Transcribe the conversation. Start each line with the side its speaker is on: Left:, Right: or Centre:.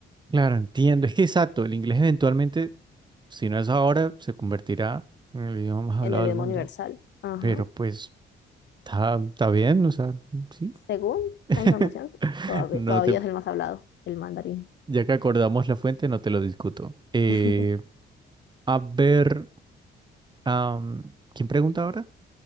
Right: Claro, entiendo. Es que exacto, el inglés eventualmente, si no es ahora, se convertirá en el idioma más hablado
Left: en el
Right: del
Left: idioma
Right: mundo.
Left: universal. Ajá.
Right: Pero pues está, está bien, o sea, sí.
Left: Según
Right: <laughs>
Left: la información, todavía,
Right: No
Left: todavía
Right: te...
Left: es el más hablado, el mandarín.
Right: Ya que acordamos la fuente, no te lo discuto. Eh,
Left: <laughs>
Right: a ver, am, ¿quién pregunta ahora?